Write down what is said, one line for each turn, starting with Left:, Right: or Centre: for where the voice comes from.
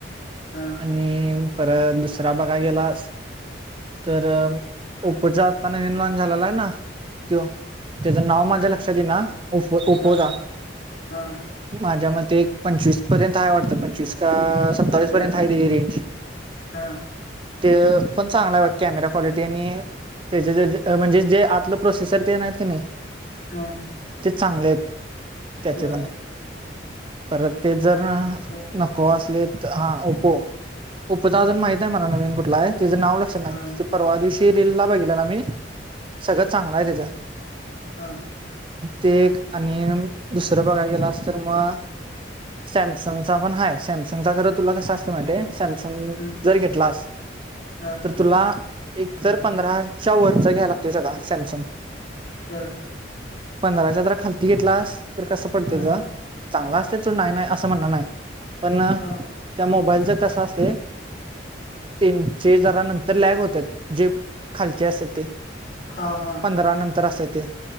Left: हा
Right: आणि परत दुसरा बघा गेलास. तर ओप्पोच्या आत्ता नवीन लॉनच झालेला आहे ना. त्यो त्याचं नाव
Left: कुठलं
Right: माझ्या लक्षात येई ना ओपो ओपपोचा-
Left: हा हा
Right: माझ्या मते एक पंचवीस पर्यंत ह वाटतं पंचवीस का स-
Left: बर
Right: पर्यंत रेंज
Left: हा
Right: ते पण चांगला कॅमेरा क्वालिटी आणि- त्याचे म्हणजे जे आतलं प्रोसेसर ते नाहीत की नाही.
Left: हा
Right: ते चांगले आहेत त्याचे
Left: बर
Right: पण- परत ते जर
Left: ओप्पो
Right: नको असले हा ओप्पो ओपोचा
Left: हम्म,
Right: अजून माहिती. नाही मला नवीन कुठला आहे तुझं नाव लक्षात नाही
Left: हा
Right: त परवा दिवशी
Left: बर
Right: रील ला बघितलं ना मी. सगळं चांगलं आहे तेच.
Left: हम
Right: ते आणि दुसरं बघायला गेलास तर मग, सॅमसंग चा पण हा सॅमसंगचा खर- तुला कसं अस माहितेय समसंग
Left: हम्म,
Right: जर घेतलास.
Left: हा
Right: तुला एक तर पंधराच्या वरच घ्या लागतय सगळा सॅमसंग,
Left: बर
Right: पंधराच्या जरा खालती घेतलास तर कसं पडतंय.
Left: हा
Right: चांगला असते चो नाही नाही असं म्हणण नाही पण
Left: हा
Right: त्या मोबाईलच कस असते. तीनचे जर नंतर लॅग होतात जे खालचे असत ते-
Left: हा हा
Right: पंधरा नंतर असं येते.